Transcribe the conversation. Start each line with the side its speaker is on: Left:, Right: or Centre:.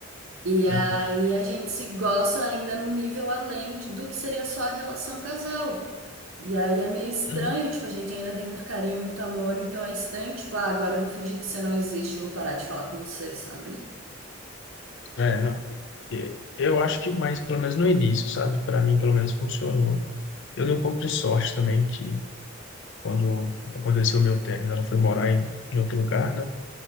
Right: E aí
Left: Uhum.
Right: a gente se gosta ainda num nível além de- do que seria só a relação casal. E aí é meio estranho,
Left: Uhum.
Right: tipo, a gente ainda tem muito carinho, muito amor, então é estranho, tipo, ah, agora eu vou fingir que você não existe, eu vou parar de falar com você, sabe?
Left: É, não. É, Eu acho que mais, pelo menos no início, sabe? Para mim, pelo menos funcionou. Eu dei um pouco de sorte também, que quando aconteceu o meu término, ela foi morar em, em outro lugar, né?